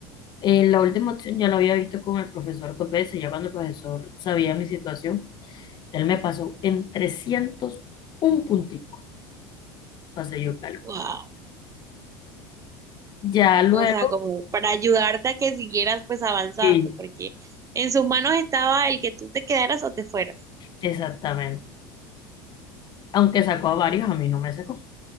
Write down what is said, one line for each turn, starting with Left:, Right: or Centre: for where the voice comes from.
Left: Eh, la última opción ya la había visto con el profesor dos veces, ya cuando el profesor sabía mi situación, él me pasó en 300 un puntico, pasé yo cálculo.
Right: Wow.
Left: Ya luego,
Right: O sea, como para ayudarte a que siguieras pues avanzando,
Left: sí,
Right: porque en sus manos estaba el que tú te quedaras o te fueras.
Left: exactamente. Aunque sacó a varios, a mí no me sacó.